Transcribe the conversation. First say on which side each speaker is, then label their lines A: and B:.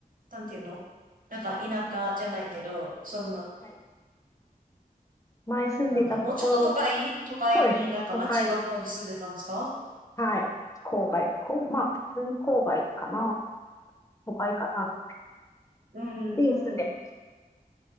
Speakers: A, on the right; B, on the left.
A: なんていうのなんか田舎じゃないけど、その、
B: い。前住んでたところ、
A: なんだ、もうちょっと都会都会になんか町の方に住んでたんですか
B: そうですね。都会、はい。郊外、こう、まあ、普通に郊外かな。都会かな。
A: うん、うん。
B: で、住んでます。